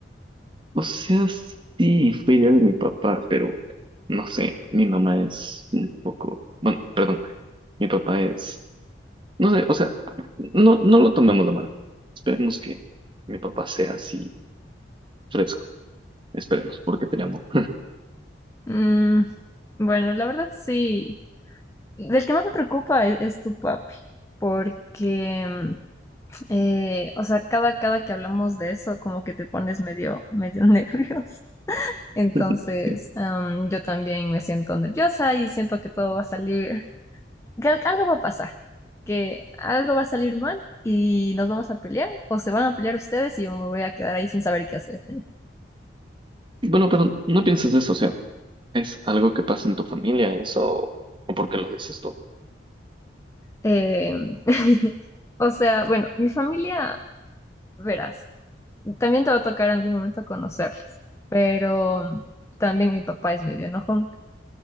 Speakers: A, on the right (about 25°); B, on the left (about 15°).
A: O sea, sí, fue idea de mi papá, pero no sé, mi mamá es un poco, bueno, perdón, mi papá es, no sé, o sea, no, no lo tomemos de mal. Esperemos que mi papá sea así fresco. Esperemos, porque te llamo.
B: Mm, bueno, la verdad sí. Del que más me preocupa es, es tu papi, porque, eh, o sea, cada, cada que hablamos de eso, como que te pones medio, medio <laughs> nervioso. Entonces,
A: <laughs> Sí.
B: am, yo también me siento nerviosa y siento que todo va a salir, que al- algo va a pasar, que algo va a salir mal y nos vamos a pelear, o se van a pelear ustedes y yo me voy a quedar ahí sin saber qué hacer.
A: Bueno, pero no pienses eso, o sea, ¿es algo que pasa en tu familia eso o por qué lo dices tú?
B: Eh, <laughs> o sea, bueno, mi familia, verás. También te va a tocar en algún momento conocerles, pero también mi papá es medio enojón